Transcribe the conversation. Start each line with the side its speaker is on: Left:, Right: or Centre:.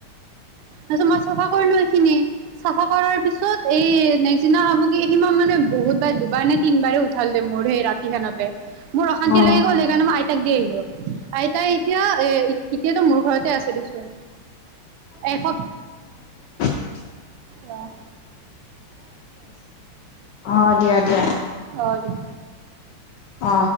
Right: তাৰপিছত মই চাফা কৰিলো এইখিনি চাফা কৰাৰ পিছত এই নেক্স দিনা আহোতে সি মানে মানে বহুতবাৰ দুবাৰ নে তিনিবাৰে উঠাল মোৰ সেই ৰাতিখনতে মোৰ অশান্তি
Left: অ
Right: লাগি গল সেইকাৰণে মই আইতাক দি আহিলো আইতাই এতিয়া এতিয়াতো মোৰ ঘৰতে আছে দেচোন এসপ্তা
Left: হয়
Right: ন
Left: অ দিয়া দিয়া
Right: অ দিয়
Left: অ